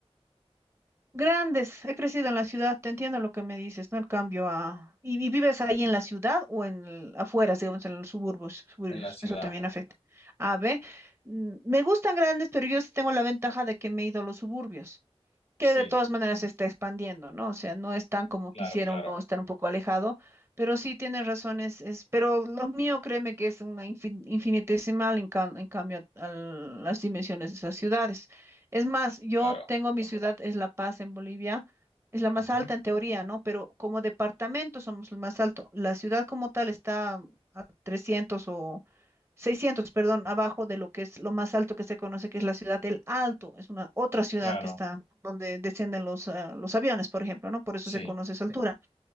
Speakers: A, on the right; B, on the left.
A: Grandes, he crecido en la ciudad, te entiendo lo que me dices, ¿no? El cambio a... ¿Y, y vives ahí en la ciudad o en el- afuera, digamos, en los suburbios? Suburbios,
B: En la ciudad,
A: eso también afecta. A ver, mm, me gustan grandes, pero yo sí tengo la ventaja de que me he ido a los suburbios.
B: sí,
A: que de todas maneras se está expandiendo, ¿no? O sea, no es tan como
B: claro,
A: quisiera
B: claro,
A: uno estar un poco alejado, pero sí tienes razones, es, pero lo mío, créeme que es una infin- infinitesimal en, cam- en cambio a las dimensiones de esas ciudades. Es más, yo
B: claro.
A: tengo mi ciudad, es La Paz en Bolivia, es la más
B: Ujú,
A: alta en teoría, ¿no? Pero como departamento somos el más alto. La ciudad como tal está a 300 o seiscientos perdón, abajo de lo que es lo más alto que se conoce, que es la ciudad del Alto. Es una otra ciudad
B: Claro,
A: que está donde descienden los, ah, los aviones, por ejemplo, ¿no? Por eso
B: sí,
A: se conoce esa Sí. altura.